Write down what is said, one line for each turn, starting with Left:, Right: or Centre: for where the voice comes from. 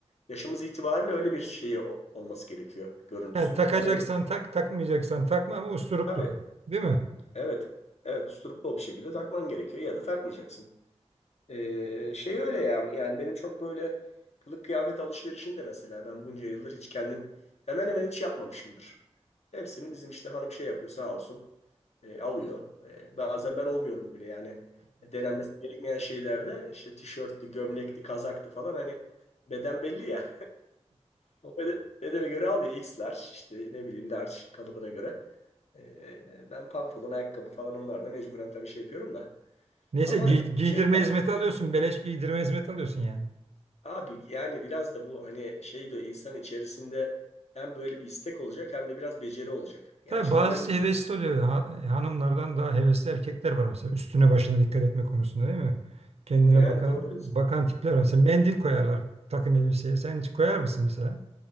Left: yaşımız itibariyle öyle bir şeyi o- olması gerekiyor görüntüsünün.
Right: Yani takacaksan
Left: Ben öyle düşünüyorum.
Right: tak, takmayacaksan takma ama usturup
Left: Tabii.
Right: tut. Değil mi?
Left: Evet. Evet, usturuplu bir şekilde takman gerekiyor ya da takmayacaksın. Ee, şey öyle ya yani benim çok böyle kılık kıyafet alışverişini de mesela ben bunca yıldır hiç kendim hemen hemen hiç yapmamışımdır. Hepsini bizim işte hanım şey yapıyor sağ olsun e, alıyor. E, bazen ben olmuyorum bile yani denenmesi gerekmeyen şeylerde işte tişörttü, gömlekti, kazaktı falan hani beden belli ya. O bede- bedene göre alıyor X large işte ne bileyim large kalıbına göre. E, ben pantolon, ayakkabı falan onlarda mecburen tabii şey yapıyorum da.
Right: Neyse
Left: Ama
Right: giy- giydirme
Left: şey
Right: hizmeti alıyorsun. Beleş giydirme hizmeti alıyorsun yani.
Left: Abi yani biraz da bu hani şey de insan içerisinde hem böyle bir istek olacak hem de biraz beceri olacak. Yani
Right: Tabii
Left: şimdi
Right: bazısı
Left: ben
Right: hevesli oluyor. Ha- hanımlardan daha hevesli erkekler var mesela. Üstüne başına dikkat etme konusunda değil mi? Kendine
Left: yani
Right: bakan
Left: doğru diyorsun.
Right: bakan tipler
Left: Evet.
Right: var. Mesela mendil koyarlar takım elbiseye. Sen hiç koyar mısın mesela?